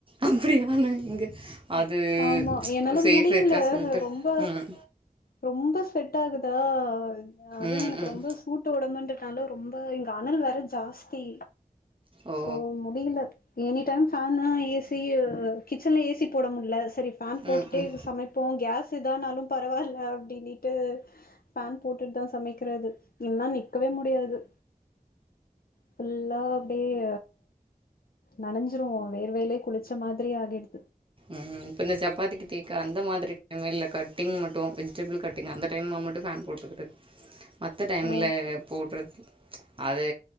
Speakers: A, on the right; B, on the left.
A: அப்டியா நா இங்க
B: அ
A: அது
B: ஆமா என்னால
A: சேஃப்
B: முடியில
A: இருக்கா சொல்லிட்டு
B: ரொம்ப
A: ம்
B: ரொம்ப ஸ்வெட் ஆகுதா அதுவு
A: ம்
B: எனக்கு
A: ம்
B: ரொம்பஸ் ஸுட்டு ஒடம்புன்றனால ரொம்ப இங்க அனல் வேற ஜாஸ்தி
A: ஓ
B: சோ முடியில any time fan A C கிச்சன்ல ஏசிப் போட முட்ல சரி ஃபேன் போட்டுட்டே
A: ம் ம்
B: சமைப் போ கேஸ் இதானாலு பரவால்ல அப்டின்னிட்டு பேன் போட்டுட் தா சமைக்கிறது இல்ன்னா நிக்கவே முடியாது ஃபுல்லா அப்டியே நனஞ்சிருவோ வேர்வைலே குளிச்ச மாதிரி ஆகிடுத்
A: ம் ம் இப்போ இந்தச் சப்பாத்திக்கு தேக்க அந்த மாதிரி ம் இல்லக் கட்டிங் மட்டு வெஜிடபிள் கட் டிங்க அந்தட் டைம்மா மட்டு ஃபேன் போட்டுக்குறது மத்த டைம்ல
B: ஓ
A: போட்றது அது